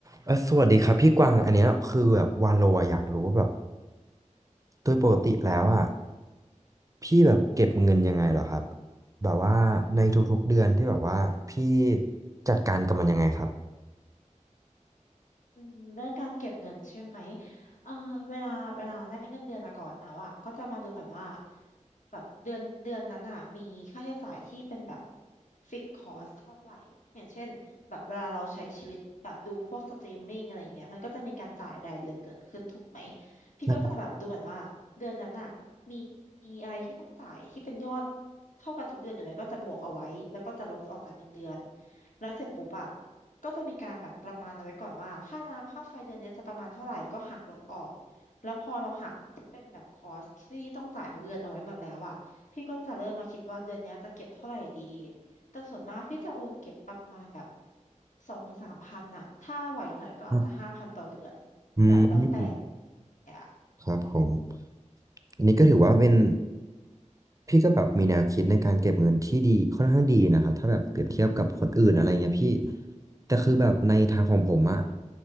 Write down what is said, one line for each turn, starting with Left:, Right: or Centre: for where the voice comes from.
Right: เออสวัสดีครับพี่กวางอันเนี้ยคือแบบวาโลอะอยากรู้ว่าแบบโดยปกติแล้วอ่ะพี่แบบเก็บเงินยังไงเหรอครับแบบว่าในทุกๆเดือนที่แบบว่าพี่จัดการกับมันยังไงครับ
Left: อืมเรื่องการเก็บเงินใช่ไหมเอ่อเวลาเวลาได้เงินเดือนมาก่อนแล้วอ่ะก็จะมาดูก่อนว่าแบบเดือนเดือนนั้นอ่ะมีค่าใช้จ่ายที่เป็นแบบฟิกคอสเท่าไหร่อย่างเช่นแบบเวลาเราใช้ชีวิตแบบดูพวกสตรีมมิ่งอะไรเงี้ยมันก็จะมีการจ่ายรายเดือนเกิดขึ้นถูกไหมพี่ก็จะแบบดูก่อนว่าเดือนนั้นอ่ะมีมีอะไรที่ต้องจ่ายที่เป็นยอด
Right: ใช่
Left: เท่ากันทุกเดือนอยู่ไหมก็จะบวกเอาไว้แล้วก็จะลบออกจากเงินเดือนแล้วเสร็จปุ๊บอะ ก็จะมีการแบบประมาณเอาไว้ก่อนว่าค่าน้ำค่าไฟเดือนนี้จะประมาณเท่าไหร่ก็หักลบออกแล้วพอเราหักที่เป็นแบบคอสที่ต้องจ่ายของเดือนเอาไว้หมดแล้วอ่ะพี่ก็จะเริ่มมาคิดว่าเดือนนี้จะเก็บเท่าไหร่ดีแต่ส่วนมากพี่จะโอนเก็บประมาณแบบสองถึงสามพันอ่ะถ้าไหวหน่อยก็อาจจะห้าพันต่อเดือน
Right: ครับอืม
Left: แบบแล้วแต่อะ
Right: ครับผมอันนี้ก็ถือว่าเป็นพี่ก็แบบมีแนวคิดในการเก็บเงินที่ดีค่อนข้างดีนะครับถ้าแบบเปรียบเทียบกับคนอื่นอะไรเงี้ยพี่แต่คือแบบในทางของผมอะ